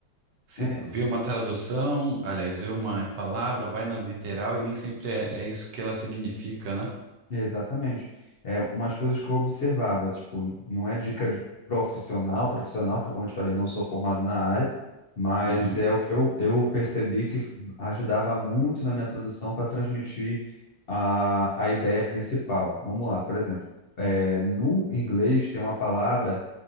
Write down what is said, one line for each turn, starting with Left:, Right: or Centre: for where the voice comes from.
Right: se
Left: É,
Right: ver uma tradução, aliás, ver uma palavra, vai na literal e nem sempre é, é isso que ela significa, né?
Left: exatamente. É umas coisas que eu observava, tipo, não é dica de profissional, profissional, que como eu te falei, não sou formado na área, mas
Right: Uhum,
Left: é o que eu, eu percebi que ajudava muito na minha tradução para transmitir a, a ideia principal. Vamos lá, por exemplo, é, no inglês tem uma palavra